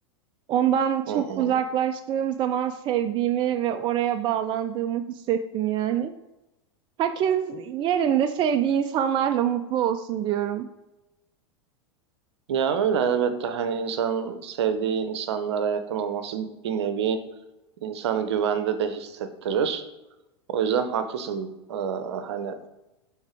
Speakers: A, on the right; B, on the right.
A: Ondan çok
B: Hı hı.
A: uzaklaştığım zaman sevdiğimi ve oraya bağlandığımı hissettim yani. Herkes yerinde sevdiği insanlarla mutlu olsun diyorum.
B: Ya öyle elbette hani insanın sevdiği insanlara yakın olması bir nevi insanı güvende de hissettirir. O yüzden haklısın. Ee, hani